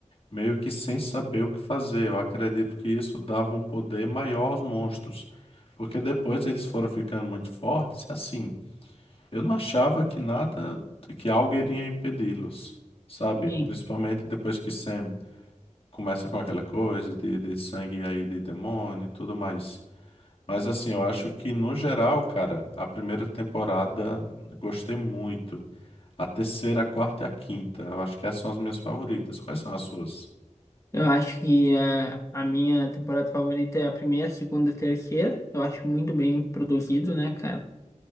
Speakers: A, on the left; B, on the left.
A: meio que sem saber o que fazer. Eu acredito que isso dava um poder maior aos monstros, porque depois eles foram ficando muito fortes e assim, eu não achava que nada, que algo iria impedi-los, sabe?
B: Sim.
A: Principalmente depois que Sam começa com aquela coisa de, de sangue aí de demônio e tudo mais. Mas assim, eu acho que no geral, cara, a primeira temporada gostei muito. A terceira, a quarta e a quinta. Eu acho que essas são as minhas favoritas. Quais são as suas?
B: Eu acho que é, a minha temporada favorita é a primeira, segunda, terceira. Eu acho muito bem produzido, né, cara?